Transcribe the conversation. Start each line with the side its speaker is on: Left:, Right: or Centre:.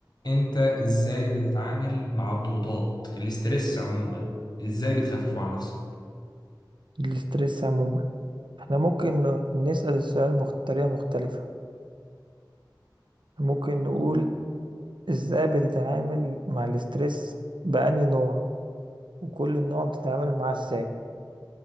Left: أنت إزاي بتتعامل مع الضغوطات الاسترس عموما إزاي بتخففه عن نفسك
Right: الاسترس عموما احنا ممكن ن- نسأل السؤال مخ- بطريقة مختلفة ممكن نقول ازاي بتتعامل مع الاسترس بأني نوع وكل نوع بتتعامل معاه ازاي